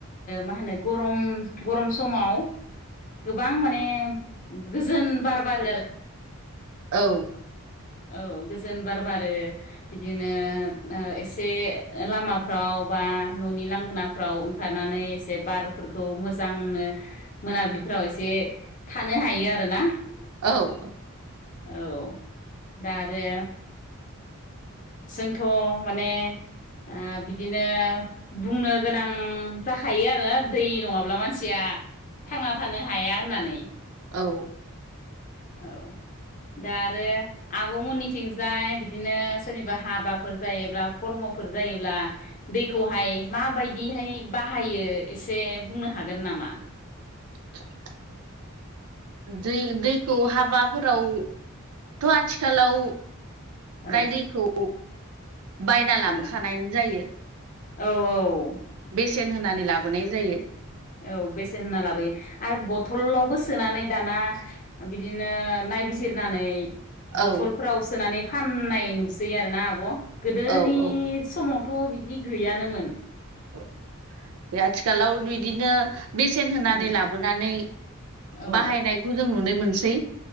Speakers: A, on the left; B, on the right.
A: मा होनो गरम गरम समाव गोबां माने गोजोन बार बारो आरो
B: औ।
A: औ गोजोन बार बारो बिदिनो ओ एसे लामाफ्राव बा न'नि लांगोनाफ्राव ओंखारनानै एसे बारफोरखौ मोजांनो मोनाब्लि फोराव एसे थानो हायो आरो ना
B: औ
A: औ दा आरो जोंथ' माने ओ बिदिनो बुंनो गोनां जाखायो आरो दै नङाब्ला मानसिया थांना थानो हाया होननानै
B: औ।
A: औ दा आरो आब'मोननिथिंजाय बिदिनो सोरनिबा हाबाफोर जायोब्ला, खर्मफोर जायोब्ला दैखौहाय माबायदिहाय बाहा बाहायो एसे बुंनो हागोन नामा?
B: <unintelligible> दै -दैखौ हाबाफोराव थ' आथिखालाव फ्राय
A: औ
B: दैखौ बायना लाबोखानायानो
A: औ
B: जायो।
A: औ औ।
B: बेसेन होनानै लाबोनाय जायो।
A: औ बेसेन होनना लाबोयो आरो बथलावबो सोनानै दाना बिदिनो <unintelligible> बिजिरनानै बथलफ्राव
B: औ
A: सोनानै फाननाय नुसै आरो ना आब'? गोदोनि
B: औ औ
A: समावथ' बिदि गैयानोमोन।
B: औ बे आथिखालाव बिदिनो बेसेन होनानै
A: औ
B: लाबोनानै
A: औ
B: बाहायनायखौ जों नुनो मोनसै।